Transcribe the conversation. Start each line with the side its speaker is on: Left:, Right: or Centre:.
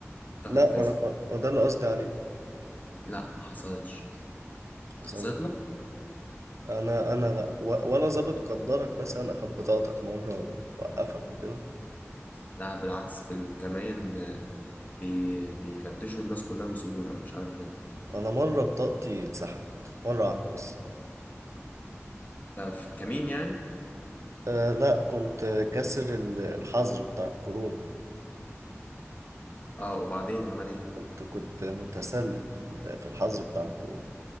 Left: اتاخد
Right: لا
Left: في
Right: ما
Left: اسم
Right: انا ما ما ده اللي قصدي عليه
Left: لا ما حصلتش لا
Right: حصلتش
Left: حصلت لك
Right: انا انا لا و- ولا ظابط قدرك مثلا اخد بطاقتك مره ووقفك وكده
Left: لا بالعكس في الكمين آه، بي بيفتشوا الناس كلها ويسيبونا انا مش عارف ليه
Right: انا مره بطاقتي اتسحبت مره واحده بس
Left: ده في كمين يعني
Right: آه لا كنت كسر ال- الحظر بتاع الكورونا
Left: اه وبعدين عمل ايه
Right: كنت كنت متسلل في ال- في الحظر بتاع الكورونا